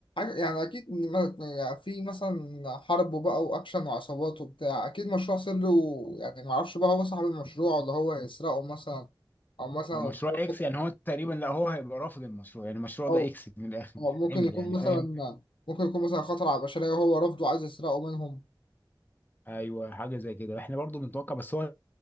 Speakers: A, on the left; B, on the left.
A: يعني اكيد م- يعني في مثلا حرب وبقى واكشن وعصابات وبتاع اكيد مشروع سري ويعني ما اعرفش بقى هو صاحب المشروع ولا هو هيسرقه مثلا او مثلا
B: هو
A: هو
B: مشروع
A: خطر-
B: اكس يعني هو تقريبا لا هو هيبقى رافض المشروع يعني المشروع
A: او
B: ده اكس من الاخر
A: أو
B: مش
A: ممكن
B: هيتعمل
A: يكون
B: يعني فاهم
A: مثلا ممكن يكون مثلا خطر على البشرية وهو رافضه عايز يسرقه منهم
B: ايوه حاجه زي كده احنا برضه بنتوقع بس هو